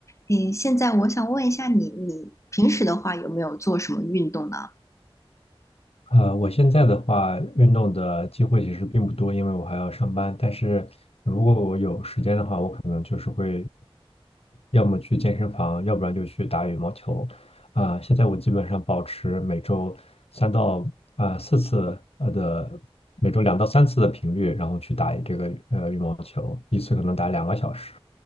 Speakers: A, on the left; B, on the left.
A: 嗯，现在我想问一下你，你平时的话有没有做什么运动呢？
B: 呃，我现在的话，运动的机会其实并不多，因为我还要上班。但是如果我有时间的话，我可能就是会要么去健身房，要不然就去打羽毛球。啊、现在我基本上保持每周三到啊、四次呃的，每周两到三次的频率，然后去打这个呃羽毛球，一次可能打两个小时。